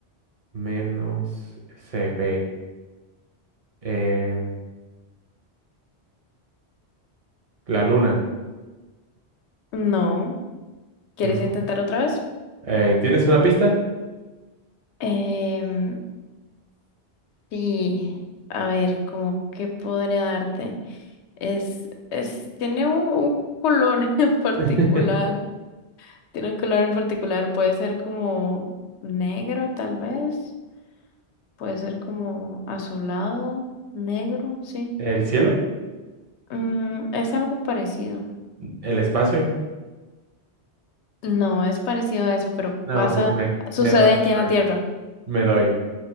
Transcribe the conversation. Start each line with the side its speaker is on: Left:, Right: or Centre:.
Right: menos se ve. Eh, la luna,
Left: No, ¿quieres
Right: ¿no?
Left: intentar otra vez?
Right: Eh, ¿tienes una pista?
Left: Em, Sí, a ver, como qué podría darte. Es, es, tiene un, un color <laughs> en particular.
Right: <laughs>
Left: Tiene un color en particular. Puede ser como negro, tal vez. Puede ser como azulado, negro, sí.
Right: ¿El cielo?
Left: Mm, es algo parecido.
Right: ¿El espacio?
Left: No, es parecido a eso, pero
Right: No,
Left: pasa,
Right: pues me,
Left: sucede
Right: me doy,
Left: aquí
Right: me doy,
Left: en la Tierra.
Right: me doy.